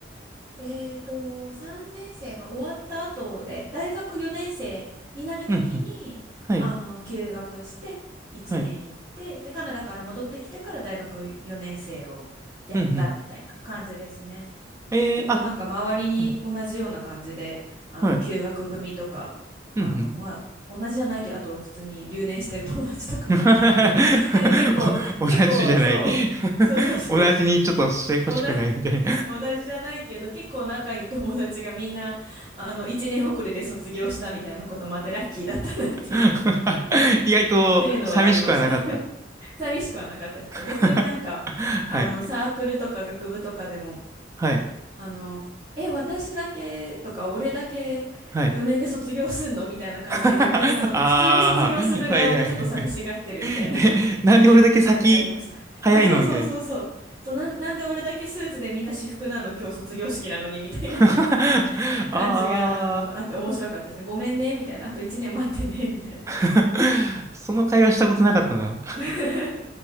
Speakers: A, on the right; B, on the right.
A: えーと、3年生が終わった後で、大学4年生になるときに、
B: うんうん。はい。
A: あの、休学して1年行って、
B: はい。
A: で、カナダから戻ってきてから大学4年生をやったみたいな感じですね。
B: うんうん。えー、
A: 結構なんか周りに同じような感じで、
B: あ、うん
A: あの、
B: はい。
A: 休学組とか、あの、
B: うんうん。
A: まあ、同じじゃないけど、あと普通に留年してる友達とかもいたんで、
B: <laughs>
A: <laughs> なんか結構、
B: お同じじゃない
A: 結構、そう、
B: <laughs>
A: そうそうそうそう、
B: 同じにちょっとしてほしくないみたいな
A: おな同じじゃないけど、結構仲いい友達がみんな、あの、一年遅れで卒業したみたいなこともあって、ラッキーだったなっていう
B: <laughs>
A: <laughs> っ
B: 意外と寂しくはなかった
A: ていうのはありました。<laughs> 寂しくはなかったですね。
B: <laughs>
A: 逆になんか、あの、
B: はい。
A: サークルとか学部とかでも、
B: はい。
A: あの、え、私だけとか、俺だけ4年で卒業すんのみたいな感じで、
B: はい。<laughs>
A: 逆にあの、
B: ああ、
A: 普通に卒業する側がちょっと寂しがってるみたいな
B: はいはいはい。えなんで俺だけ先早いのみたいな。
A: <laughs> 感じありました。あ、そうそうそうそう。そう、なん、なんで俺だけスーツでみんな私服なの今日卒業式なのにみたいな
B: <laughs>
A: <laughs> 感じが、
B: ああ、
A: あの、あって面白かったですね。ごめんね、みたいな。あと1年待ってね、みたいな。
B: <laughs> その会話したことなかったな。
A: <laughs>